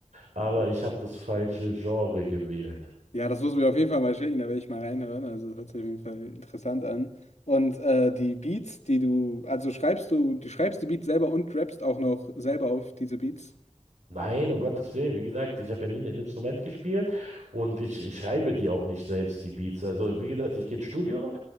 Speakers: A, on the right; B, on the left.
A: Aber
B: Oh.
A: ich habe das falsche Genre gewählt.
B: Ja, das musst du mir auf jeden Fall mal schicken, da werde ich mal reinhören. Also hört sich auf jeden Fall interessant an. Und äh, die Beats, die du, also schreibst du, du schreibst die Beats selber und rappst auch noch selber auf diese Beats?
A: Nein, um Gottes Willen, wie gesagt, ich habe ja nie ein Instrument gespielt und ich, ich schreibe die auch nicht selbst, die Beats. Also, wie gesagt, ich gehe ins Studio,